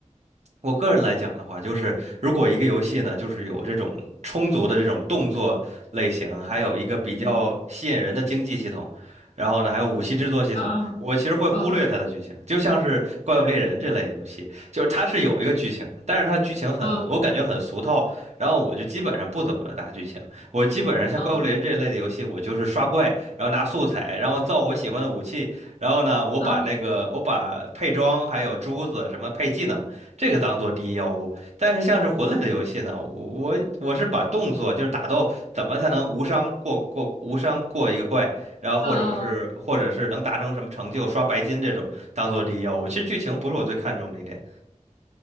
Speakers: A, on the right; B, on the left.
A: 我个人来讲的话，就是如果一个游戏呢，就是有这种充足的这种动作类型，还有一个比较吸引人的经济系统，
B: 嗯
A: 然后呢，还有武器制作系统，
B: 啊
A: 我其实会忽略它的剧情。
B: 啊
A: 就像是《怪物猎人》这类的游戏，就是它是有一个剧情的，但是它剧情很，
B: 啊
A: 我感觉很俗套，然后我就基本上不怎么打剧情。我基本上像《怪物猎人》这一类的游戏，
B: 啊
A: 我就是刷怪，然后拿素材，然后造我喜欢的武器，然后呢，我把那个我把配装还有珠子什么配技能。
B: 啊
A: 这个当做第一要务。但是像是魂类的游戏呢，我我是把动作就是打斗怎么才能无伤过过无伤过一个怪，然后或者是或者是能达成什么成就刷白金这种当做第一要务。
B: 啊啊啊！
A: 其实剧情不是我最看重的一点。